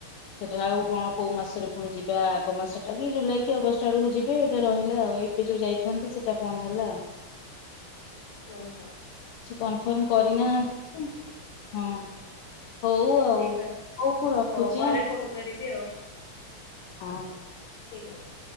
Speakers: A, on the left; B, on the left.
A: ସେଟାର ଆଉ କଣ କୋଉ ମାସରେ ଫୁଣି ଯିବା ଆଗ ମାସଟା କି ଜୁଲାଇ କି ଅଗଷ୍ଟ ଆଡକୁ ଯିବେ ଏଇଟା ରହିଲାଉ ଏବେ ଯୋଉ ଯାଇଥାନ୍ତେ ସେଟା ବନ୍ଦ ହେଲା।
B: ଓହୋ।
A: କି କନଫର୍ମ କରିନାହାନ୍ତି
B: ହଉ
A: <inaudible> ହଁ। ହଉ ଆଉ
B: ଠିକ ଅଛି
A: ହଉ ମୁଁ ରଖୁଛି
B: ହଉ ପରେ ଫୋନ କରିବି
A: ଆ।
B: ଠିକ ଅଛି।